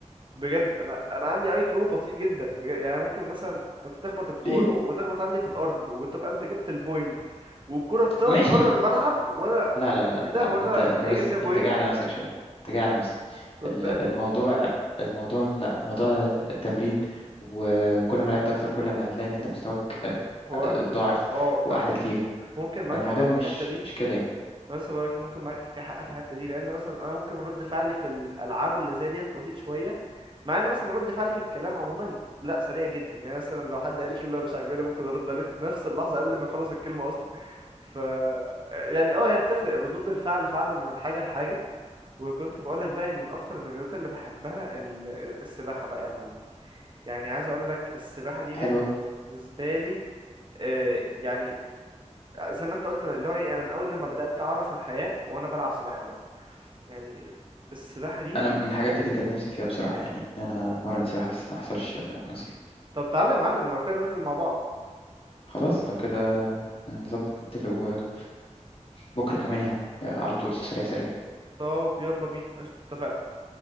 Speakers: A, on the right (about 40°); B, on the left (about 50°).
A: بجد انا انا عندي اي كيو بطيء جدا بجد يعني ممكن مثلا انت تخبط الكورة
B: ليه
A: وتخبط عندي في الارض وتبقى انت جبت البوينت والكرة طلعت
B: ماشي
A: بره الملعب وانا
B: لا لا لا
A: ايه ده
B: لا
A: هو انا
B: انت انت بس
A: اجي فيها بوينت
B: انت جاي على نفسك شويه انت جاي على نفسك
A: صدقني
B: ال- الموضوع الموضوع لا الموضوع تمرين وكل ما لعبت اكتر كل ما هتلاقي ان انت مستواك آه،
A: هو
B: اتضاعف
A: اه
B: واحلى
A: انت م-
B: كتير
A: ممكن معاك
B: فالموضوع
A: حق في
B: مش
A: الحته دي
B: مش كده يعني
A: أنا لسه بقولك ممكن معاك حق في الحته دي لان مثلا انا ممكن رد فعلي في الالعاب اللي زي ديت بطيء شويه مع ان مثلا رد فعلي في الكلام عموما لا سريع جدا يعني مثلا لو حد قال لي كلمه مش عاجباني ممكن ارد عليه في نفس اللحظه قبل ما يخلص الكلمه اصلا ف يعني اه هي بتفرق ردود الفعل فعلا من حاجه لحاجه وكنت بقولك بقى من اكتر الرياضات اللي بحبها ال- السباحه بقى يا معلم يعني عايز اقولك السباحه دي
B: حلو قوي
A: بالنسبه لي آه، يعني زي ما انت قلت اللي هو ايه انا من اول لما بدأت اعرف الحياة وانا بلعب سباحة بقى يعني السباحة دي
B: انا من الحاجات اللي كانت نفسي فيها بصراحه يعني ان انا اتمرن سباحه بس ما حصلش آه، نصيب
A: طب تعالى يا معلم لو كده ننزل مع بعض
B: خلاص لو كده آه، نظبط نتفق وننزل بكره كمان يا عم آه، على طول سريع سريع
A: طب يلا بينا قشطة اتفقنا